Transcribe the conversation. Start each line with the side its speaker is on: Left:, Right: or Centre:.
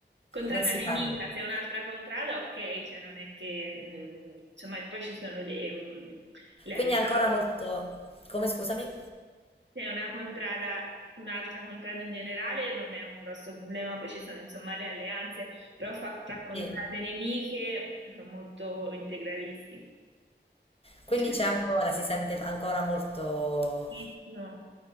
Right: contrada
Left: non si
Right: nemica,
Left: parla.
Right: se è un'altra contrada, ok, cioè non è che, mm, insomma, poi ci sono le, mm, le
Left: Quindi
Right: alleanze.
Left: è ancora molto... Come scusami?
Right: Se è una contrada, un'altra contrada in generale non è un grosso problema, poi ci sono insomma le alleanze, però fa- fra contrade
Left: Sì.
Right: nemiche sono molto integralisti. <laughs>
Left: Quindi
Right: Cioè,
Left: c'è ancora, si sente ancora molto
Right: pochissimo.